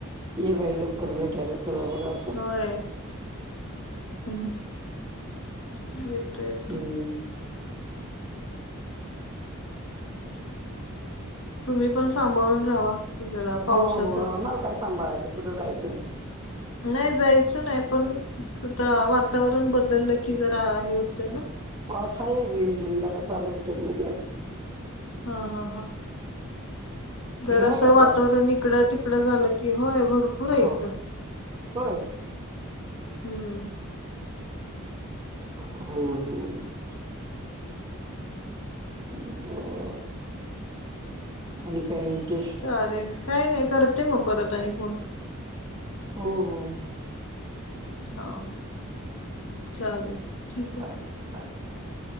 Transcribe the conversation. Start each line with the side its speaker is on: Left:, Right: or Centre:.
Right: ये बाई लवकर भेटाय ल तुला बघा
Left: होय. ह येतो येतो.
Right: हम्म
Left: तुम्ही पण सांभाळून राहावा. जरा पावसाचं
Right: हो हो. आम्हाला काय सांभाळायचं कुठे जायचं?
Left: नाही जायचं नाही, पण आता वातावरण बदललं की जरा हे होतं ना.
Right: आज हाय जरा रिमझिम चालु होतय मध्ये
Left: हा हा हा. जरा
Right: तिकडं
Left: असं
Right: आहे काय
Left: वातावरण
Right: पाऊस
Left: इकडं तिकडं झालं की होय भरपूर पुढ ये
Right: हो
Left: इकडं.
Right: होय
Left: हम्म.
Right: हम्म हम्म. <unintelligible> आणि काय म्हणतेस?
Left: चालेल काही नाही करते मग परत आणि फोन.
Right: हो हो.
Left: हा. चालेल ठीक आहे.
Right: चालेल चालेल.